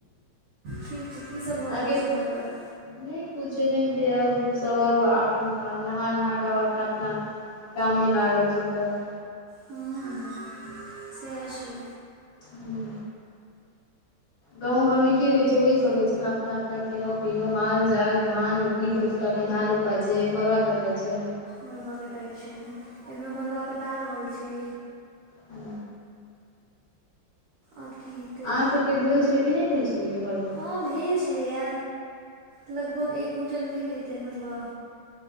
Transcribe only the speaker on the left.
अहाँके
नहि कुछे नहि दे अब सब अब नहा नहा कऽ आब अपना अपना काम मे लागल छै सब।
ह्म्म। गाँंव घर में की होइ छै ओह सब होइ छै ने अपना अपना खेेलो पीनौ माल जाल धान रोपनी के होइ छै। तखन धान रोपयै छैे मरुआ कातैय छै।
हु।
अहाँ सभके भेल छलै कि नहि भेल छलै इ बेर मरूआ।